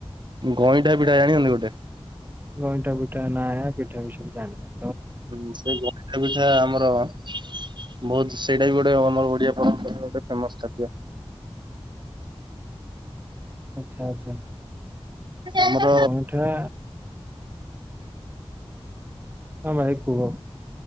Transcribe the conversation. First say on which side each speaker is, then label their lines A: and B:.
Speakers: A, on the right; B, on the right.
A: ଗଇଁଠାପିଠା ଜାଣିଛନ୍ତି ଗୋଟେ
B: ଗଇଁଠାପିଠା ନାଁ ପିଠା ବିଷୟରେ ଜାଣିନି
A: ହୁଁ ସେ ଗଇଠାପିଠା ଆମର ବହୁତ ସେଇଟାବି ଗୋଟେ ଆମର ଓଡିଆ ପରମ୍ପରା ଗୋଟେ ଫେମସଖାଦ୍ୟ।
B: ଆଚ୍ଛା ଆଚ୍ଛା
A: ଆମର
B: ଗଇଁଠା ହଁ ଭାଇ କୁହ।